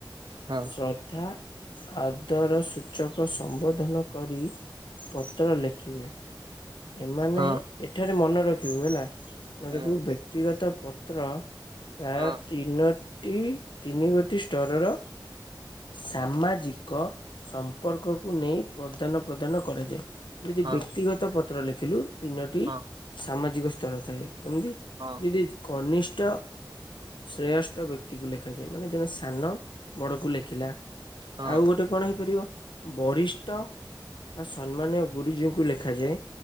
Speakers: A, on the right (about 60°); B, on the left (about 70°).
A: ହଁ
B: ଶ୍ରଦ୍ଧା, ଆଦର ସୂଚକ ସମ୍ବୋଧନ କରି ପତ୍ର ଲେଖିବେ, ଏମାନେ
A: ହଁ
B: ଏଠାରେ ମନେ ରଖିବୁ ହେଲା। ମନେ
A: ହଁ
B: ରଖିବୁ ବ୍ୟକ୍ତିଗତ ପତ୍ର ପ୍ରାୟ
A: ହଁ
B: ତିନ ଟି ତିନି ଗୋଟି ଷ୍ଟରର ସାମାଜିକ ସମ୍ପର୍କକୁ ନେଇ ପ୍ରଦାନ ପ୍ରଦାନ କରାଯାଏ, ଯଦି
A: ହଁ
B: ବ୍ୟକ୍ତିଗତ ପତ୍ର ଲେଖିଲୁ ତିନୋଟି
A: ହଁ
B: ସାମାଜିକ ସ୍ତର ଥାଏ, କେମିତି?
A: ହଁ
B: <unintelligible> କନିଷ୍ଠ, ଶ୍ରେୟଷ୍ଠ ବ୍ୟକ୍ତିକୁ ଲେଖାଯାଏ ମାନେ ଜଣେ ସାନ ବଡକୁ ଲେଖିଲା,
A: ହଁ
B: ଆଉ ଗୋଟେ କଣ ହେଇପାରିବ? ବରିଷ୍ଠ ବା ସମ୍ମାନୀୟ ଗୁରୁଜୀଙ୍କୁ ଲେଖାଯାଏ।